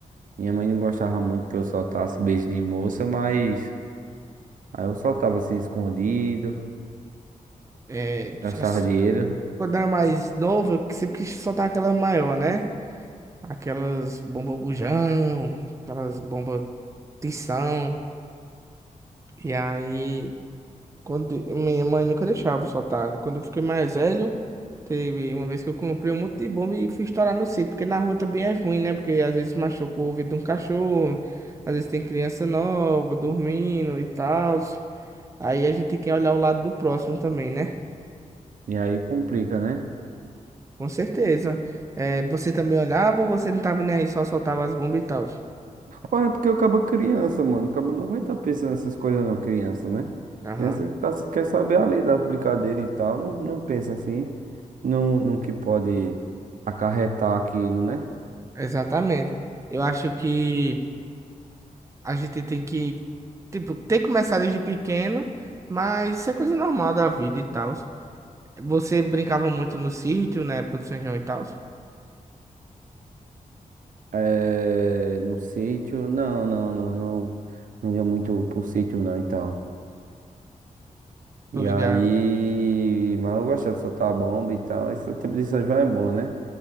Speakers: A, on the right (about 75°); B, on the right (about 20°).
A: Minha mãe não gostava muito que eu soltasse beijo de moça, mas. Aí eu só tava assim escondido,
B: É, tinha-
A: gastava dinheiro,
B: quando era mais novo, eu sempre quis soltar aquela maior, né? Aquelas bomba bujão, aquelas bomba tição. E aí, quando minha mãe nunca deixava eu soltar. Quando eu fiquei mais velho, teve uma vez que eu comprei um monte de bomba e fui estourar no sítio, porque na rua também é ruim, né? Porque às vezes machuca o ouvido de um cachorro, às vezes tem criança nova dormindo e tal. Aí a gente tem que olhar o lado do próximo também, né?
A: e aí complica, né?
B: Com certeza. É, você também olhava ou você não tava nem aí, só soltava as bombas e tal?
A: Rapaz, é porque eu acabo criança, mano. Acaba não vai estar pensando nessas coisas não, criança, né?
B: Aham.
A: Criança tá, quer saber ali das brincadeiras e tal, não, não pensa assim, não, no no que pode acarretar aquilo, né?
B: Exatamente. Eu acho que a gente tem que, tipo, ter começado desde pequeno, mas isso é coisa normal da vida e tal. Você brincava muito no sítio na época do São João e tal?
A: É, no sítio, não, não, não, não, não ia muito pro sítio não e tal. E
B: Tô ligado.
A: aí, mas eu gostava de soltar a bomba e tal, esse tempo de São João é bom, né?